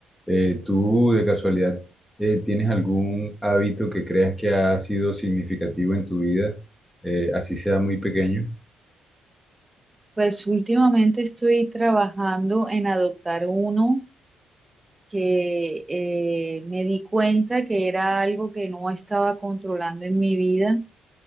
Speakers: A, in the centre; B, on the right.
A: Eh, ¿tú de casualidad eh, tienes algún hábito que creas que ha sido significativo en tu vida, eh, así sea muy pequeño?
B: Pues últimamente estoy trabajando en adoptar uno que eh, me di cuenta que era algo que no estaba controlando en mi vida